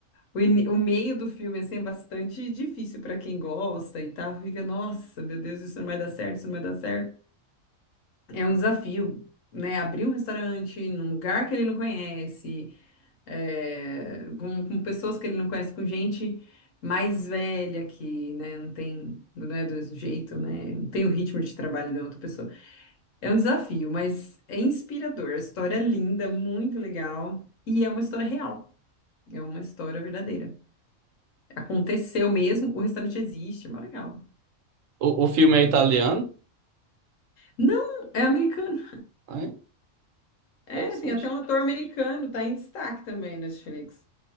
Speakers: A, on the left (about 80°); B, on the right (about 80°).
A: O, ini- o meio do filme assim, é bastante difícil para quem gosta e tá, fica, nossa, meu Deus, isso não vai dar certo, isso não vai dar certo. É um desafio, né? Abrir um restaurante num lugar que ele não conhece é, com, com pessoas que ele não conhece, com gente mais velha que, né, não tem, não é do mesmo jeito, né, não tem o ritmo de trabalho de outra pessoa. É um desafio, mas é inspirador. A história é linda, muito legal e é uma história real. É uma história verdadeira. Aconteceu mesmo, o restaurante existe, é mó legal.
B: O, o filme é italiano,
A: Não, é americano.
B: né?
A: É,
B: Interessante.
A: tem até um ator americano, tá em destaque também na Netflix.